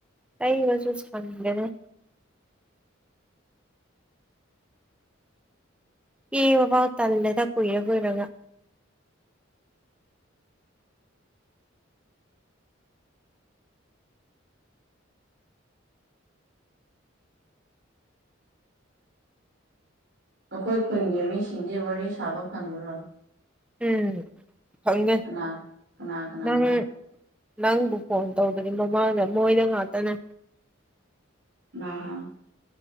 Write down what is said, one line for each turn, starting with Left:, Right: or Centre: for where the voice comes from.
Centre: ꯇꯩꯕꯁꯨ ꯁꯪꯗꯔꯦꯅꯦ꯫ ꯀꯦꯕ ꯕꯥꯎ ꯇꯥꯟꯂꯦꯗ ꯀꯨꯏꯔ ꯀꯨꯏꯔꯒ꯫
Right: ꯑꯩꯈꯣꯏ ꯈꯨꯟꯒꯤ ꯃꯤꯁꯤꯡꯗꯤ ꯋꯥꯔꯤ ꯁꯥꯕ ꯐꯪꯕ꯭ꯔꯣ꯫
Centre: ꯎꯝ ꯐꯪꯉꯦ
Right: ꯀꯅꯥ ꯀꯅꯥ ꯀꯅꯥꯗ
Centre: ꯅꯪ꯫ ꯅꯪꯕꯨ ꯐꯣꯟ ꯇꯧꯗꯅꯤ ꯃꯃꯥꯡꯗ ꯃꯣꯏꯗ ꯉꯥꯛꯇꯅꯦ꯫
Right: ꯀꯥꯅꯅ꯫